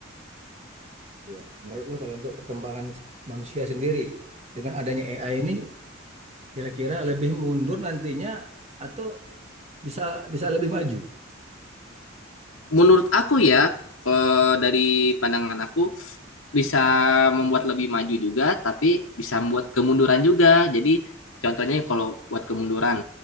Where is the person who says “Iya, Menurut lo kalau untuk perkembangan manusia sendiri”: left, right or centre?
Right